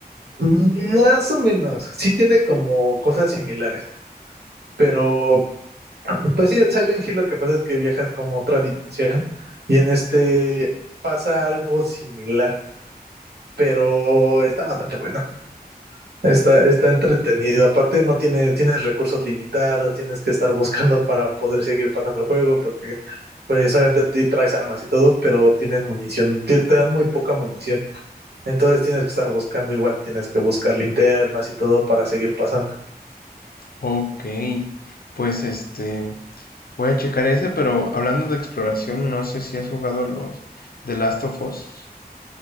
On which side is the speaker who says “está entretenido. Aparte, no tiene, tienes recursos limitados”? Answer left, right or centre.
Right